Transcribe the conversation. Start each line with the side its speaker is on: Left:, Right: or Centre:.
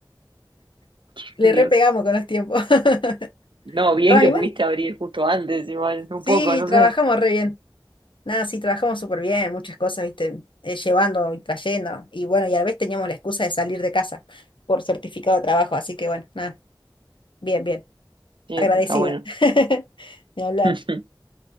Left: <laughs>
Right: <laughs>
Left: Le repegamos
Right: Dios.
Left: con los tiempos. <laughs> Pero
Right: No, bien
Left: bueno,
Right: que
Left: igual,
Right: pudiste abrir justo antes, igual, un
Left: sí,
Right: poco, no
Left: trabajamos
Right: sé.
Left: re bien. Nada, sí, trabajamos súper bien, muchas cosas, viste, eh, llevando y trayendo. Y bueno, y a la vez teníamos la excusa de salir de casa por certificado de trabajo. Así que bueno, nada, bien, bien.
Right: Sí,
Left: Agradecida.
Right: eso está bueno.
Left: <laughs> Ni hablar.
Right: <laughs>